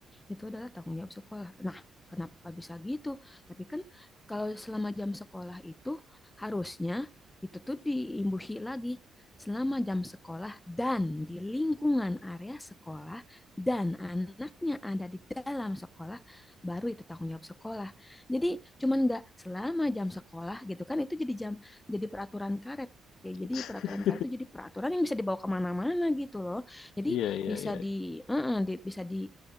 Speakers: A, on the left; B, on the left.
A: itu adalah tanggung jawab sekolah. Nah, kenapa bisa gitu? Tapi kan kalau selama jam sekolah itu harusnya itu tuh diimbuhi lagi selama jam sekolah dan di lingkungan area sekolah dan anaknya ada di dalam sekolah baru itu tanggung jawab sekolah. Jadi cuman nggak selama jam sekolah gitu kan itu jadi jam jadi peraturan karet ya
B: <laughs>
A: jadi peraturan karet itu jadi peraturan yang bisa dibawa kemana-mana gitu loh jadi
B: iya, iya,
A: bisa
B: iya.
A: di eh, eh, di- bisa di